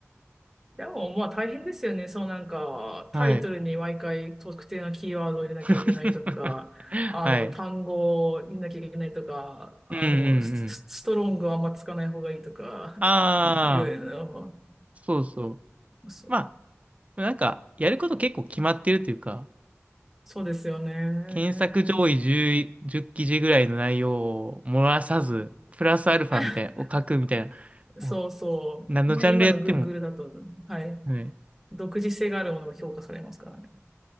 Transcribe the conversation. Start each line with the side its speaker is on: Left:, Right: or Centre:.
Centre: でも、まあ大変ですよね。そうなんか、
Right: はい。
Centre: タイトルに毎回特定のキーワードを入れなきゃいけないとか、
Right: <laughs>
Centre: あの、
Right: はい。
Centre: 単語を入れなきゃいけないとか、あの、
Right: うんうんう
Centre: ス、スストロングはあんまつかない方がいいとか、
Right: ん。ああ、
Centre: いろいろ、
Right: そうそう。
Centre: そ、
Right: まあ、なんか、やること結構決まってるというか、
Centre: そうですよね。
Right: 検索上位10、じゅう記事ぐらいの内容を漏らさず、プラスアルファみたいな、
Centre: <laughs>
Right: を書くみたいな、こ
Centre: そうそう。
Right: う何のジャンルやっても、
Centre: ね、今の Google だと、はい。
Right: はい。
Centre: 独自性があるものが評価されますからね。